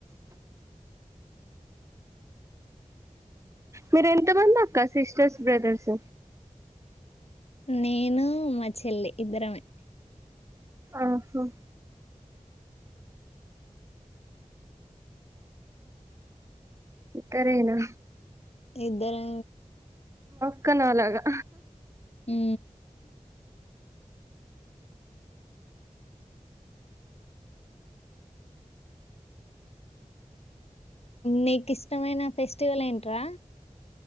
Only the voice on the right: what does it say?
మీరు ఎంత మంది అక్క సిస్టర్స్ బ్రదర్స్
ఆహా ఇ తరేనా
పక్కనలాగా